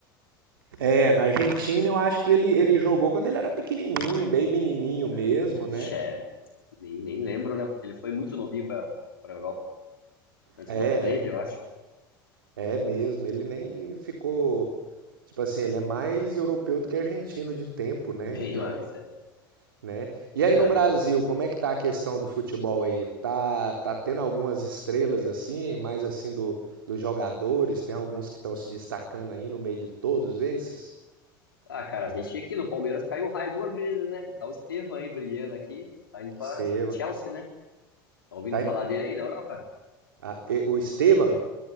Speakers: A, on the right; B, on the left.
A: É, na Argentina eu acho que ele, ele jogou quando ele era pequenininho, bem menininho mesmo,
B: Ah,
A: né?
B: xé. Nem, nem lembro, né? Porque ele foi muito novinho pra, pra Europa. Antes
A: É,
B: do 13, eu acho. <laughs>
A: É mesmo, ele nem ficou. Tipo assim, ele é mais europeu do que argentino de tempo, né?
B: Bem
A: Então,
B: mais, é
A: né? E
B: verdade.
A: aí no Brasil, como é que tá a questão do futebol aí? Tá, tá tendo algumas estrelas assim, mais assim do, dos jogadores? Tem alguns que estão se destacando aí no meio de todos esses?
B: Ah, cara, a gente aqui no Palmeiras caiu o raio duas vezes, né? Tá o Estevão aí brilhando aqui, tá indo pra
A: Esteban.
B: o Chelsea, né? Tá ouvindo
A: Tá in-
B: falar dele aí na Europa?
A: ah, e- o Esteban,